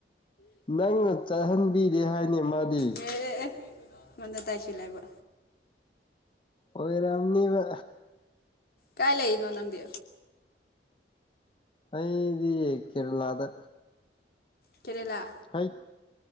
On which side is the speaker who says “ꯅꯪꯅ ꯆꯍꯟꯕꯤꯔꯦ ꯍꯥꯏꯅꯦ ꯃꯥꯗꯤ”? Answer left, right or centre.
Left